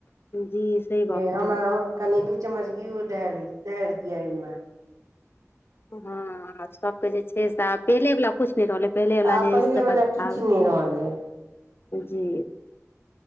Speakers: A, on the left; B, on the right.
A: जी सही
B: जे
A: गप कहलियै
B: हमरा अ कनि दू चम्मच घीयो ढार, ढार दियो ए मे।
A: हां सबके जे छै सा पहिले वला कुछ नै रहलै, पहिले वला
B: आब
A: जे
B: पहिले
A: से
B: वला
A: बदलाव,
B: किछु नहि रहलै
A: जी।